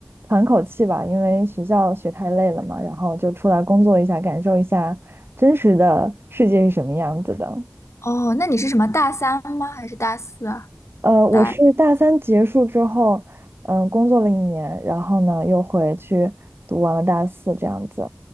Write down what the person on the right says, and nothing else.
喘口气吧，因为学校学太累了嘛，然后就出来工作一下，感受一下真实的世界是什么样子的。
呃，我是大三结束之后，
嗯，工作了一年，然后呢又回去读完了大四这样子。